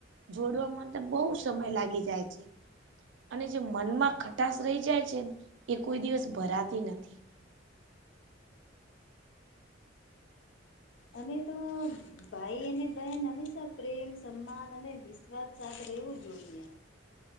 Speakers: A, on the right; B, on the left.
A: જોડવા માટે તો બોઉ સમય લાગી જાય છે. અને જે મનમાં ખટાસ રહી જાય છે એ કોઈ દિવસ ભરાતી નથી.
B: અને તો ભાઈ અને બહેન હંમેશા પ્રેમ સન્માન અને વિશ્વાસ સાથે રહેવું જોઈએ.